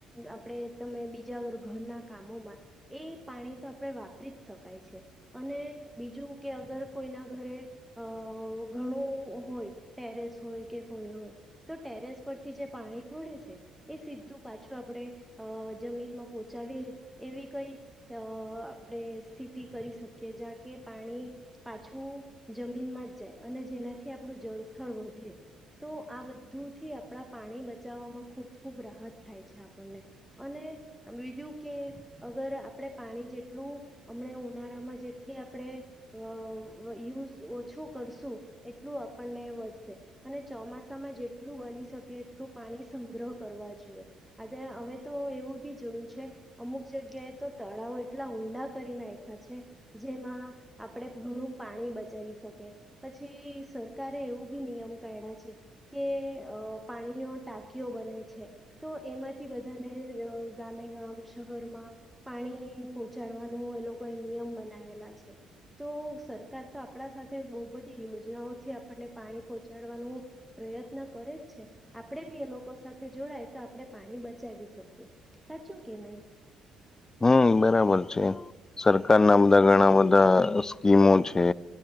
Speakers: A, in the centre; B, on the left.
A: આપણે તમે બીજા ઘરના કામોમાં એ પાણી તો આપણે વાપરી જ શકાય છે. અને બીજું કે અગર કોઈના ઘરે અ ઘણું હોય ટેરેસ હોય કે કોઈ હોય તો ટેરેસ પરથી જે પાણી ભડે છે. એ સીધું પાછું આપણે જમીનમાં પોહોંચાવી એવી કોઈ તો <unintelligible> આપણે સ્થિતિ કરી શકીએ, જ્યાં કે પાણી પાછું જમીનમાં જ જાય અને જેનાથી આપણું જળ વધ્યો તો આ બધુંથી આપણા પાણી બચાવવામાં ખૂબ ખૂબ રાહત થાય છે આપણને અને, બીજું કે અગર આપણે પાણી જેટલું હમણે ઉનાળામાં જેટલી આપણે અ યુઝ ઓછું કરશું એટલું આપણને વધશે અને ચોમાસામાં જેટલું બની શકે એટલું પાણી સંગ્રહ કરવા જોઈએ હવે તો એવું જોયું છે અમુક કે તો તળાવ એટલા ઊંડા કરી નાયખા છે, જેમાં આપણેે ઘણું પાણી બચાવી શકી, પછી સરકારે એવું નિયમ કાયળ છે કે પાણીનો ટાંકીઓ બંધ એ છે તો એમાંથી બધાને ગામે ગામ શહર પાણી પહોંચાડવાનું એ લોકો એ નિયમ બનાવેલા છે. તો સરકાર તો આપણા સાથે બહુ બધી યોજનાઓથી આપણને પાણી પહોચાડવાનું પ્રયત્ન કરે જ છે. આપણે બી એ લોકો સાથે જોડાય તો આપણે પાણી બચાવી શકીએ. સાચું કે નહીં?
B: હમ બરાબર છે સરકારના અમના ઘણા બધા સ્કીમો છે